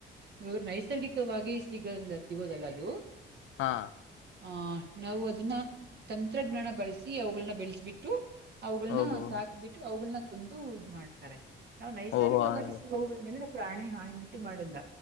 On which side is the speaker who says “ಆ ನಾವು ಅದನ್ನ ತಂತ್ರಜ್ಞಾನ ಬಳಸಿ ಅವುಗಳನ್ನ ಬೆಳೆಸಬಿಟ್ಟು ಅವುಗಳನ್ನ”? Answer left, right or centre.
Right